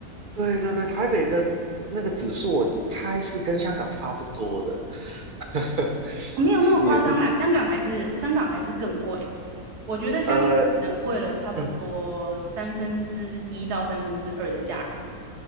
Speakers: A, on the right (about 50°); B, on the right (about 80°).
A: 对对对，台北的那个指数，我猜是跟香港差不多的，<laughs>
B: 没有那么夸张啦，
A: 是也是不
B: 香港还是香港还是更贵。我觉得香港可能贵了差不多三分之一到三分之二的价格，
A: 呃。嗯